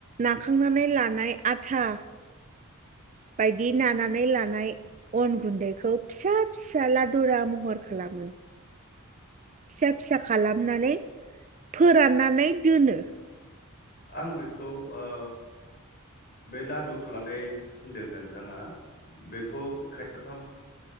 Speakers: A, on the right (about 35°); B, on the left (about 45°).
A: नाखांनानै लानाय आथा बायदि नानानै लानाय अन गुन्दैखौ फिसा फिसा लादुरा महर खालामो फिसा फिसा खालामनानै फोराननानै दोनो
B: आं बेखौ ओ बे लादु खालामनाय होनदों नोंथाङा बेखौ खायफा